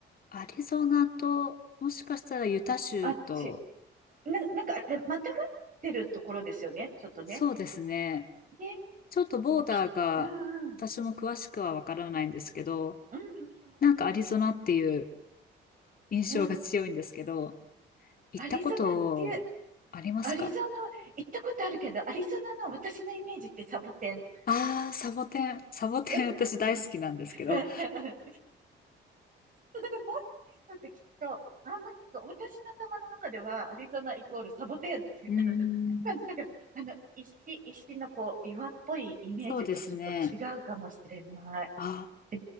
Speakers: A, on the left; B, on the right.
A: アリゾナと、もしかしたらユタ州と、
B: あっち、な、なんかあれ、またがってるところですよね、ちょっとね。
A: そうですね。
B: ね、
A: ちょっとボーダーが、
B: おき、うん、うん、
A: 私も詳しくはわからないんですけど、
B: うん、
A: なんかアリゾナっていう印象が強いんですけど、
B: うん。うん
A: 行ったことありますか
B: アリゾナっていう、アリゾナは行ったことあるけど、アリゾナの私のイメージってサボテン。
A: ああ、サボテン、サボテン私大好きなんですけど、
B: <laughs> だから、モニーとって聞くと、あんまりなんか私の頭の中ではアリゾナイコールサボテンみたいな感じだから、
A: うーん、
B: あの、石、石のこう、岩っぽいイメージとちょっと違うかもしれない。
A: そうですね。あ
B: え